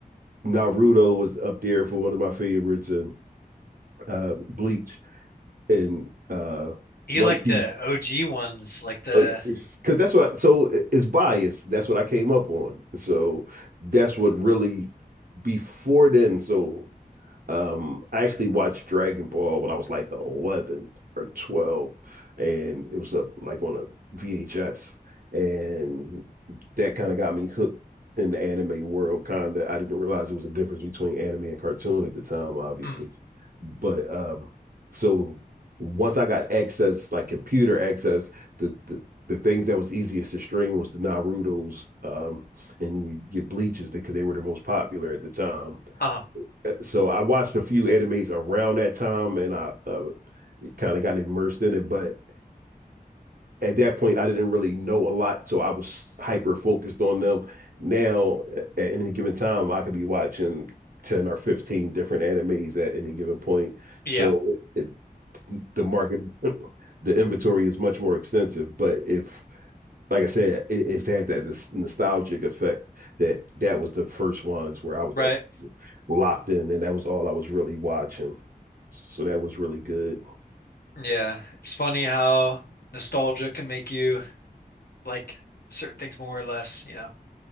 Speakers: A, on the right (about 65°); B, on the left (about 80°).
A: Naruto was up there for one of my favorites and uh, Bleach and uh,
B: You
A: One
B: like
A: Piece.
B: the OG ones, like the
A: Like it's because that's what I, so it- it's bias. That's what I came up on. So that's what really before then. So um, I actually watched Dragon Ball when I was like 11 or 12, and it was a, like on a VHS, and that kind of got me hooked in the anime world. Kind of, I didn't realize there was a difference between anime and cartoon at the time, obviously.
B: mm,
A: But um, so once I got access, like computer access, the, the the things that was easiest to stream was the Naruto's um, and you get Bleaches because they were the most popular at the time.
B: uh-huh.
A: Uh, So I watched a few animes around that time, and I uh, kind of got immersed in it. But at that point, I didn't really know a lot, so I was hyper focused on them. Now, a- at any given time, I could be watching 10 or 15 different animes at any given point.
B: Yeah,
A: So it, the market, <laughs> the inventory is much more extensive. But if like I said, it, it had that nos- nostalgic effect that that was the first ones where I was
B: right.
A: act- locked in, and that was all I was really watching. So that was really good.
B: Yeah. It's funny how nostalgia can make you like certain things more or less, you know.